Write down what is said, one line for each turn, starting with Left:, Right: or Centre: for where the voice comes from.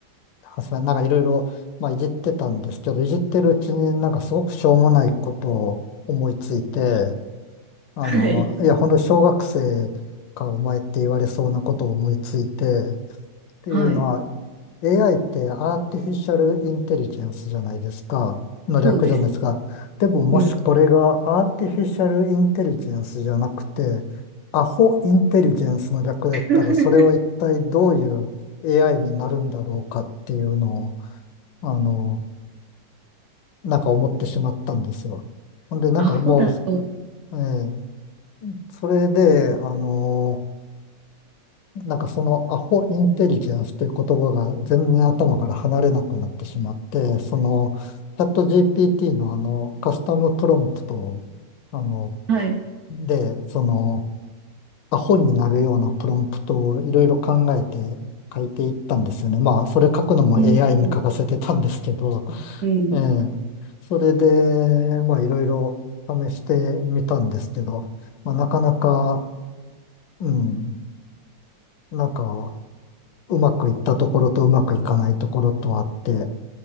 Left: はさなんかいろいろ、まあ、いじってたんですけど、いじってるうちになんかすごくしょうもないことを思いついて、あの、
Right: はい、
Left: いや、本当小学生かお前って言われそうなことを思いついて、っていうのは、
Right: はい、
Left: AI ってアーティフィシャルインテリジェンスじゃないですか。の略じゃないですか。
Right: そうです。
Left: でももしこれがアーティフィシャルインテリジェンスじゃなくて、
Right: うん。
Left: アホインテリジェンスの略だったら、
Right: <laughs>
Left: それは一体どういう AI になるんだろうかっていうのを、あの、なんか思ってしまったんですよ。ほんで、なんかもう、
Right: アホだと、
Left: ええそれで、あのなんかそのアホインテリジェンスという言葉が全然頭から離れなくなってしまって、そのチャット GPT のあのカスタムプロンプトを、あの、
Right: はい。
Left: で、そのアホになるようなプロンプトをいろいろ考えて書いていったんですよね。まあ、それ書くのも
Right: えーと、
Left: AI に書かせてたんですけど、
Right: うん。
Left: ええ、それで、まあいろいろ試してみたんですけど、まあなかなか、うん、なんか、うまくいったところとうまくいかないところとあって、